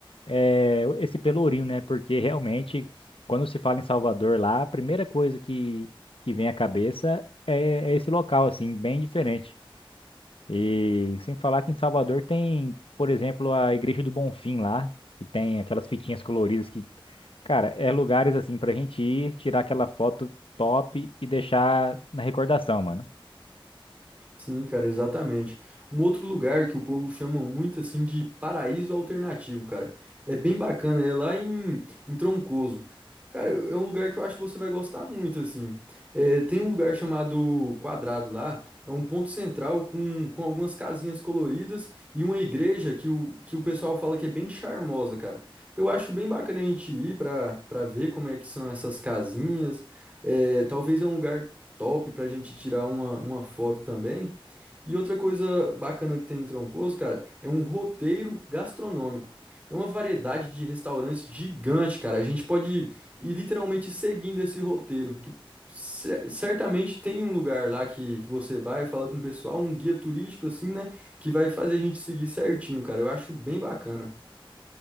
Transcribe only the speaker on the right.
Sim, cara, exatamente. Um outro lugar que o povo chama muito assim de paraíso alternativo, cara. É bem bacana, é lá em, em Troncoso. Cara, é um lugar que eu acho que você vai gostar muito, assim. É, tem um lugar chamado Quadrado lá, é um ponto central com, com algumas casinhas coloridas e uma igreja que o, que o pessoal fala que é bem charmosa, cara. Eu acho bem bacana a gente ir pra, pra ver como é que são essas casinhas. É, talvez é um lugar top pra gente tirar uma, uma foto também. E outra coisa bacana que tem em Troncoso, cara, é um roteiro gastronômico. Tem uma variedade de restaurantes gigante, cara. A gente pode ir literalmente seguindo esse roteiro, que cer- certamente tem um lugar lá que, que você vai, fala com o pessoal, um guia turístico assim, né, que vai fazer a gente seguir certinho, cara. Eu acho bem bacana.